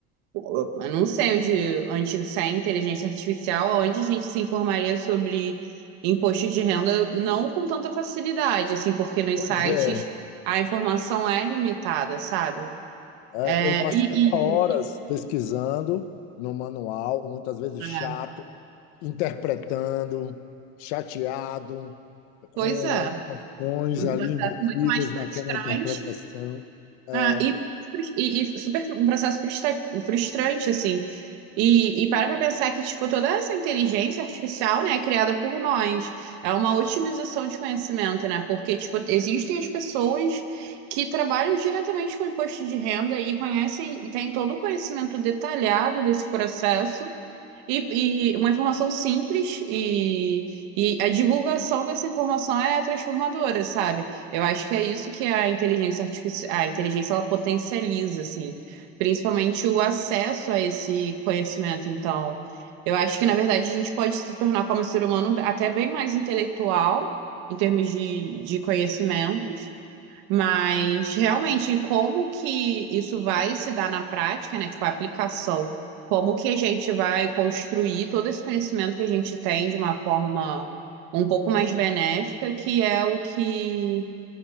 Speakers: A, on the right; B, on the left.
A: eu não sei onde, onde sai a inteligência artificial, onde a gente se informaria sobre imposto de renda, não com tanta facilidade, assim, porque nos
B: pois
A: sites
B: é.
A: a informação é limitada, sabe?
B: É,
A: É,
B: eu passava
A: e,
B: horas
A: e, e-
B: pesquisando no manual, muitas vezes
A: é,
B: chato, interpretando, chateado, com
A: pois é,
B: emoções
A: um
B: ali
A: processo
B: envolvidas
A: muito mais frustrante,
B: naquela interpretação. É,
A: ah, e, frus- e, e super, um processo frustra- frustrante, assim, E, e para pra pensar que, tipo, toda essa inteligência artificial, né, é criada por nós. É uma otimização de conhecimento, né? Porque, tipo, existem as pessoas que trabalham diretamente com imposto de renda e conhecem e têm todo o conhecimento detalhado desse processo. E, e uma informação simples e, e a divulgação dessa informação é transformadora, sabe? Eu acho que é isso que a inteligência artificial, a inteligência ela potencializa, assim, principalmente o acesso a esse conhecimento. Então, eu acho que na verdade a gente pode se tornar como ser humano até bem mais intelectual em termos de, de conhecimentos. Mas realmente, como que isso vai se dar na prática, né? Tipo, a aplicação. Como que a gente vai construir todo esse conhecimento que a gente tem de uma forma um pouco mais benéfica, que é o que